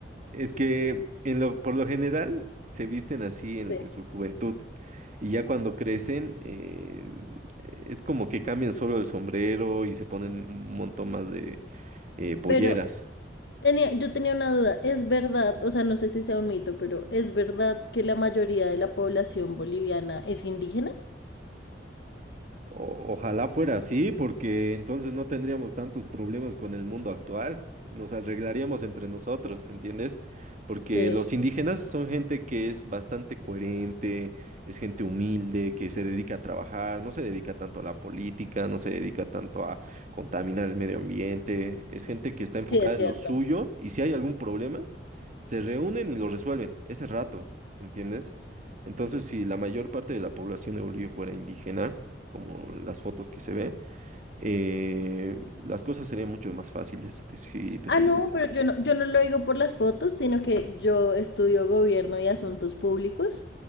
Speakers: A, on the right; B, on the left.
A: Es que en lo, por lo general se visten así en,
B: sí.
A: en su juventud y ya cuando crecen eh, es como que cambian solo el sombrero y se ponen un montón más de eh, polleras.
B: pero tenía, yo tenía una duda. Es verdad, o sea, no sé si sea un mito, pero ¿es verdad que la mayoría de la población boliviana es indígena?
A: O- ojalá fuera así, porque entonces no tendríamos tantos problemas con el mundo actual. Nos arreglaríamos entre nosotros, ¿entiendes? Porque
B: Sí,
A: los indígenas son gente que es bastante coherente, es gente humilde, que se dedica a trabajar, no se dedica tanto a la política, no se dedica tanto a contaminar el medio ambiente. Es gente que está enfocada
B: sí, es
A: en
B: cierto.
A: lo suyo y si hay algún problema, se reúnen y lo resuelven ese rato, ¿entiendes? Entonces, si la mayor parte de la población de Bolivia fuera indígena, como las fotos que se ve, eh, las cosas serían mucho más fáciles, te- si te
B: Ah,
A: soy
B: no,
A: sincero.
B: pero yo no, yo no lo digo por las fotos, sino que yo estudio gobierno y asuntos públicos.